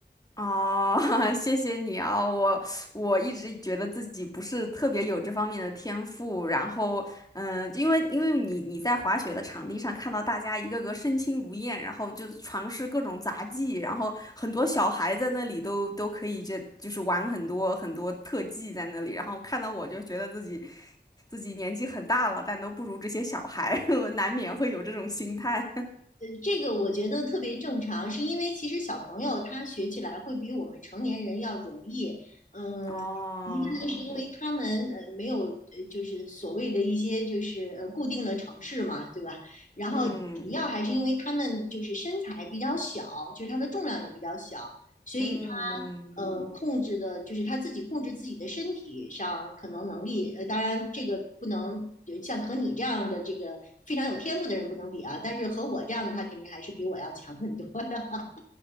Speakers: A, on the left; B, on the left.
A: 哦，<laughs> 谢谢你啊，我我一直觉得自己不是特别有这方面的天赋，然后，嗯、因为因为你你在滑雪的场地上看到大家一个个身轻如燕，然后就尝试各种杂技，然后很多小孩在那里都都可以就就是玩很多很多特技在那里，然后看到我就觉得自己自己年纪很大了，但都不如这些小孩，<laughs> 我难免会有这种心态。
B: 呃，这个我觉得特别正常，是因为其实小朋友他学起来会比我们成年人要容易。嗯，
A: <laughs> 哦，
B: 一个呢是因为他们呃没有呃就是所谓的一些就是呃固定的城市嘛，对吧？然后主要还是因为他们就是身材比较小，
A: 嗯
B: 就是他的重量也比较小，所以他呃，
A: 嗯。嗯
B: 控制的，就是他自己控制自己的身体上可能能力，呃，当然这个不能呃像和你这样的这个非常有天赋的人不能比啊，但是和我这样的他肯定还是比我要强很多的。<laughs>